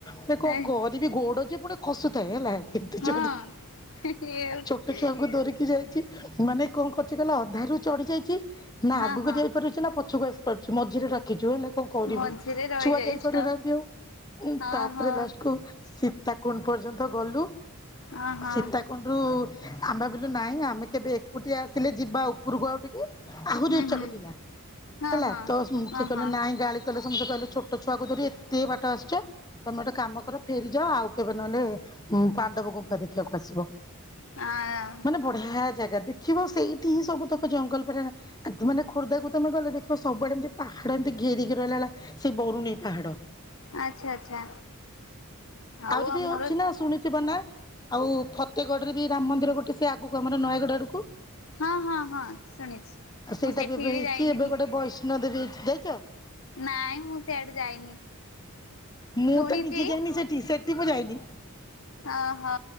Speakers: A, on the left; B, on the left.
A: ମୁ
B: ହଁ
A: କଣ କରିବି ଗୋଡ ଯେ ପୁଣି ଖସୁଥାଏ ହେଲା। କେତେ
B: ହଁ। ହଁ
A: ଜୋରେ
B: ହଁ
A: ଛୋଟ ଛୁଆଙ୍କୁ ଧରିକି ଯାଇଛି। ମାନେ କଣ କରୁଛି କହିଲ ଅଧାରୁୁ ଚଢି ଯାଇଛି। ନା
B: ହଁ
A: ଆଗକୁ
B: ହଁ
A: ଯାଇପାରୁଛି ନା ପଛକୁ ଆସି ପାରୁଛି ମଝିରେ ଲାଖିଛୁ ହେଲା କଣ କରିବୁ।
B: ମଝିରେ ରହିଯାଇଛ।
A: ଛୁଆ ଯାଇ ପାରୁନାହାନ୍ତି ଆଉ
B: ହଁ
A: ତାପରେ
B: ହଁ
A: ଲାଷ୍ଟକୁୁ ଶୀ ସୀତାକୁଣ୍ଡ ପର୍ଯ୍ୟନ୍ତ ଗଲୁ
B: ହଁ ହଁ
A: ସୀତାକୁଣ୍ଡରୁ ଆମେ ଭବିଲୁ ନାଇଁ ଆମେ କେବେ ଏକୁଟିଆ ଆସିଲେ ଯିବା ଉପରକୁ ଆଉ ଟିକେ ଆହୁରି
B: ହୁଁ
A: ଉଚ୍ଚାକୁ
B: ହୁଁ
A: ଥିଲା
B: ହଁ
A: ହେଲା
B: ହଁ।
A: ତ ସେ
B: ହଁ
A: କହିଲେ
B: ହଁ
A: ନାଇଁ ଗାଳି କହିଲେ ସମସ୍ତେ କହିଲେ ଛୋଟ ଛୁଆକୁ ଯଦି ଏତେ ବାଟ ଆସିଛ ତମ ଗୋଟେ କାମ କର ଫେରିଯାଅ ଆଉ କେବେ ନହେଲେ ଉ ପାଣ୍ଡବ ଗୁମ୍ଫା ଦେଖିବାକୁ ଆସିବ
B: ହଁ
A: ମାନେ ବଢିଆ ଜାଗା ଦେଖିବ ସେଇଠି ହିଁ ସବୁ ତକ ଜଙ୍ଗଲ ପରେ ମାନେ ଖୋର୍ଦ୍ଧାକୁ ତମେ ଗଲେ ଦେଖିବ ସବୁବେଳେ ଏମିତି ପାହାଡ଼ ଏମିତି ଘେରି କି ରହିଲା ଭଳିଆ ସେ ବରୁଣେଇ ପାହାଡ
B: ଆଚ୍ଛା ଆଚ୍ଛା ଆଉ
A: ଆହୁରି ବି
B: ଆମର
A: ଅଛି ନା ଶୁଣିଥିବ ନା ଆଉ ଫତେଗଡ ରେ ବି ରାମ ମନ୍ଦିର ଗୋଟେ ସେ ଆଗକୁ ଆମର ନୟାଗଡ଼ ଆଡକୁ
B: ହଁ ହଁ ହଁ ଶୁଣିଛି
A: ଆ
B: ମୁଁ
A: ସେଇଟା
B: ସେଠିକି
A: ବି ଏବେ ହେଇଛି
B: ଯାଇନି।
A: ଏବେ ଗୋଟେ ବୈଷ୍ଣ ଦେବୀ ହେଇଛି ଯାଇଛ
B: ନାଇଁ ମୁଁ ସେଆଡେ ଯାଇନି
A: ମୁଁ
B: ଶୁଣିଛି
A: ତ ନିଜେ ଯାଇନି ସେଠିକି ସେଠି ଯାଇନି
B: ଓହୋ